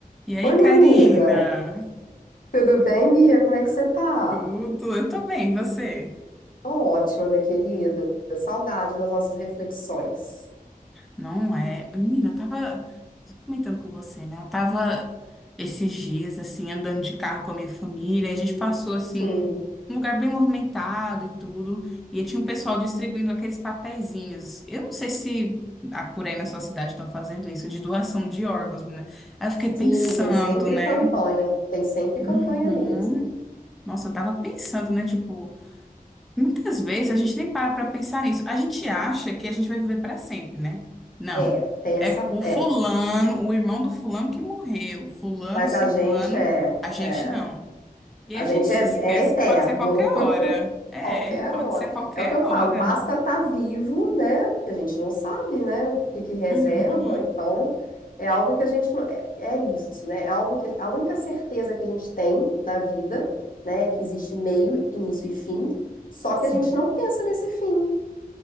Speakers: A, in the centre; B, on the left (about 65°).
A: E aí,
B: Oi, minha
A: Karina?
B: amiga. Tudo bem, Bia? Como é que você tá?
A: Tudo? Eu tô bem, e você?
B: Tô ótima, minha querida. Saudade das nossas reflexões.
A: Não é? Menina, eu tava comentando com você, né? Eu tava esses dias, assim, andando de carro com a minha família. e A gente passou, assim,
B: Sim,
A: um lugar bem movimentado e tudo. E tinha um pessoal distribuindo aqueles papeizinhos. Eu não sei se ah, por aí na sua cidade estão fazendo isso, de doação de órgãos, menina. Aí eu fiquei
B: sim,
A: pensando,
B: tem sempre
A: né?
B: campanha. Tem sempre
A: Uhum.
B: campanha mesmo.
A: Nossa, eu tava pensando, né? Tipo, Muitas vezes a gente nem para para pensar nisso. A gente acha que a gente vai viver para sempre, né? Não.
B: É, tem essa.
A: É o fulano,
B: É.
A: o irmão do fulano que morreu, fulano,
B: Mas
A: ciclano,
B: a gente é,
A: a gente
B: é,
A: não. E
B: a
A: aí a
B: gente
A: gente se
B: é,
A: esquece
B: é eterno.
A: que pode ser qualquer hora. É,
B: Qualquer
A: pode
B: hora.
A: ser qualquer
B: É o que eu falo,
A: hora.
B: basta estar vivo, né? Porque a gente não sabe, né? O que que reserva.
A: Uhum,
B: Então, é algo que a gente não... é é isso, né? É algo que a única certeza que a gente tem na vida, né, é que existe meio, início e fim, só
A: sim.
B: que a gente não pensa nesse fim,